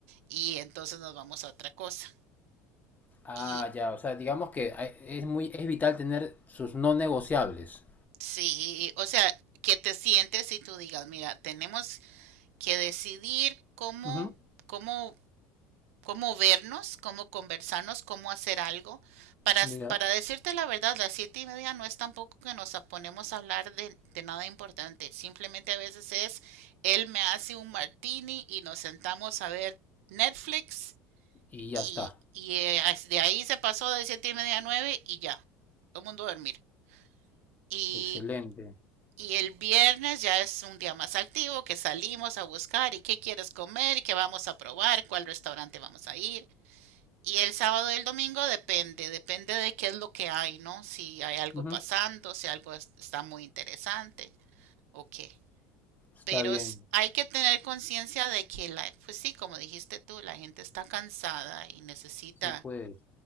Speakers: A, on the right; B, on the left.
A: Y entonces nos vamos a otra cosa.
B: Ah,
A: Y,
B: ya, o sea, digamos que hay- es muy, es vital tener sus no negociables.
A: Sí, o sea, que te sientes y tú digas, mira, tenemos que decidir cómo,
B: Ujú,
A: cómo, cómo vernos, cómo conversarnos, cómo hacer algo. Para,
B: Ya.
A: para decirte la verdad, las siete y media no es tampoco que nos ponemos a hablar de, de nada importante. Simplemente a veces es, él me hace un martini y nos sentamos a ver Netflix
B: Y ya
A: y,
B: está.
A: y eh, de ahí se pasó de siete y media a nueve y ya, todo el mundo a dormir. Y
B: Excelente.
A: y el viernes ya es un día más activo que salimos a buscar y qué quieres comer, y qué vamos a probar, cuál restaurante vamos a ir. Y el sábado y el domingo depende, depende de qué es lo que hay, ¿no? Si hay algo
B: Ujú,
A: pasando, si algo es- está muy interesante o qué.
B: Está
A: Pero
B: bien.
A: s- hay que tener conciencia de que la, pues sí, como dijiste tú, la gente está cansada y necesita.
B: Sí, pues.